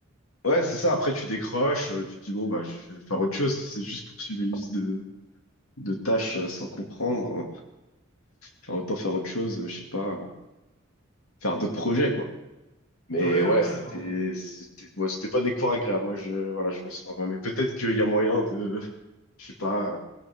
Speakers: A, on the left (about 85°); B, on the left (about 35°).
A: Ouais, c'est ça. Après, tu décroches, euh, tu te dis bon, bah, je je vais faire autre chose. Si c'est juste pour suivre une liste de, de tâches euh, sans comprendre, euh, enfin, autant faire autre chose, euh, je sais pas, euh, faire d'autres projets, quoi. Mais
B: Ouais,
A: ouais,
B: ouais, ouais,
A: c'était,
B: non.
A: c'était, ouais, c'était pas des cours agréables. Moi, je, voilà, je m'en souviens. pas. Mais peut-être qu'il y a moyen de, je sais pas,